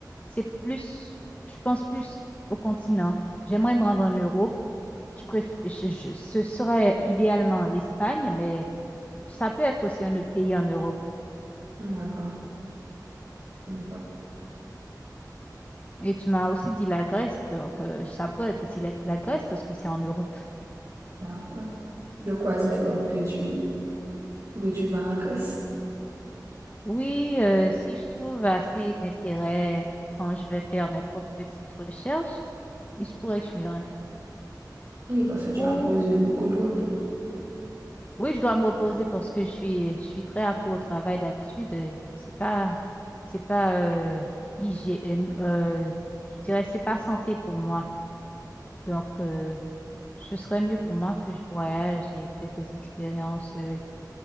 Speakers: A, on the left (about 20°); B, on the right (about 45°).
A: c'est plus, je pense plus au continent. J'aimerais me rendre en Europe. Je préf- je- je- ce serait idéalement l'Espagne, mais Ça peut être aussi un autre pays en Europe.
B: D'accord. D'accord.
A: Et tu m'as aussi dit la Grèce, donc euh, ça pourrait être aussi la, la Grèce parce que c'est en Europe.
B: D'accord. Je croise mes doigts pour que tu, pour que tu vas en Grèce.
A: Oui, euh, si je trouve assez d'intérêt quand je vais faire mes propres petites recherches, il se pourrait que je m'y rende.
B: Oui, parce que tu
A: Ou
B: as besoin beaucoup de repos.
A: oui, je dois me reposer parce que je suis je suis très accro au travail d'habitude. euh, C'est pas c'est pas euh, hygiène, euh, euh, je dirais c'est pas santé pour moi. Donc euh, ce serait mieux pour moi que je voyage et fasse des expériences. euh,